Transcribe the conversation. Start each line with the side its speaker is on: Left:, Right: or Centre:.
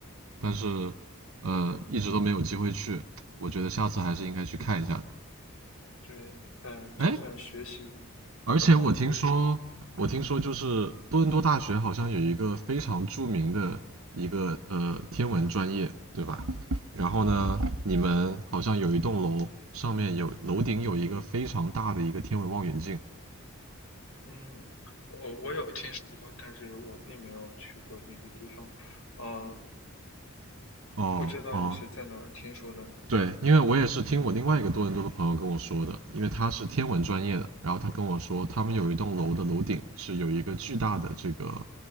Right: 但是呃一直都没有机会去，我觉得下次还是应该去看一下的。
Left: 对，嗯、
Right: 哎，
Left: 就算学习
Right: 而且我听说，
Left: 很忙碌，
Right: 我听说就是多伦多大学好像有一个非常著名的一个呃天文专业，对吧？然后呢，你们好像有一栋楼上面有楼顶有一个非常大的一个天文望远镜。
Left: 嗯，我我有听说过，但是我并没有去过那个地方，啊、
Right: 哦哦，
Left: 不知道你是在哪儿听说的呢？
Right: 对，因为我也是听我另外一个多伦多的朋友跟我说的，因为他是天文专业的，然后他跟我说，他们有一栋楼的楼顶是有一个巨大的这个，